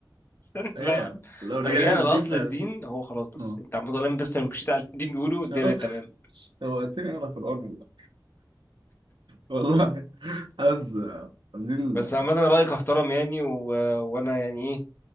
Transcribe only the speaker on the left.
استنى
بقى يا عم
لو رجعنا
لاصل
الدين هو خلاص بس
انت عم بتقول بس لو مشيت على الدين بيقولوا
الدنيا بقت تمام
بس عامة رأيك احترم يعني و... وأنا يعني إيه